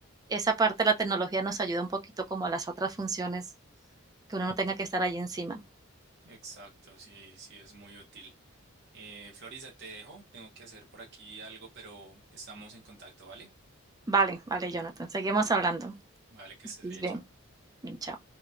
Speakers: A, on the right (about 15°); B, on the right (about 55°).
A: esa parte de la tecnología nos ayuda un poquito como a las otras funciones, que uno no tenga que estar ahí encima.
B: exacto, sí, sí, es muy útil. Eh, Florisa, te dejo, tengo que hacer por aquí algo, pero estamos en contacto, ¿vale?
A: Vale, vale, Jonathan, seguimos hablando.
B: Vale, que estés
A: Que
B: bien,
A: bien.
B: chao.
A: Bien, Chao.